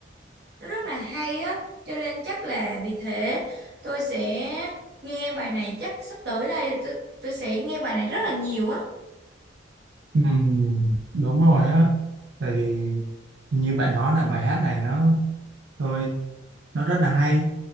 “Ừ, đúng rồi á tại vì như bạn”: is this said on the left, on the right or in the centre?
Right